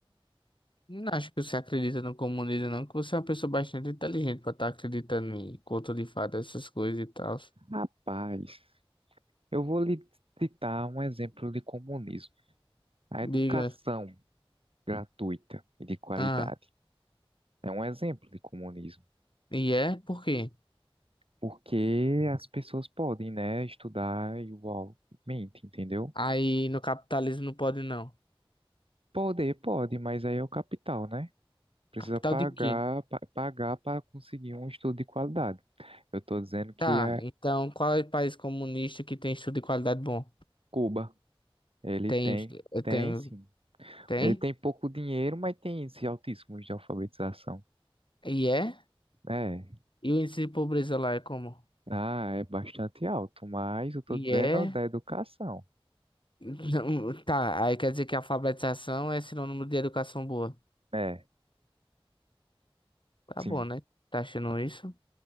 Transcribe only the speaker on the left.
Não acho que você acredita no comunismo, não, que você é uma pessoa bastante inteligente pra estar acreditando em conto de fada, essas coisas e tal.
Diga,
ah,
e é? Por quê?
Aí no capitalismo não pode, não.
Capital
de quê?
Tá,
então qual é o país comunista que tem estudo de qualidade bom?
Tem,
eh, tem,
tem?
E é?
E o índice de pobreza lá é como?
E
é?
Não, tá, aí quer dizer que a alfabetização é sinônimo de educação boa.
Tá
bom, né? Tá achando isso?